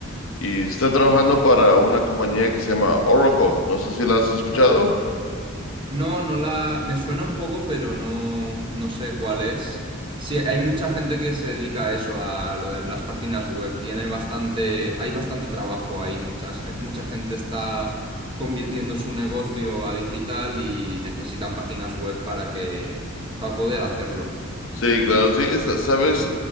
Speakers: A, on the left; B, on the right.
A: y está trabajando para una compañía que se llama Oracle. No sé si la has escuchado.
B: No, no la... Me suena un poco, pero no, no sé cuál es. Sí, hay mucha gente que se dedica a eso, a lo de las páginas web. Tiene bastante... Hay bastante trabajo ahí. Muchas, ge- mucha gente está convirtiendo su negocio a digital y necesitan páginas web para que... para poder hacerlo.
A: Sí, claro, sí, sa- sabes,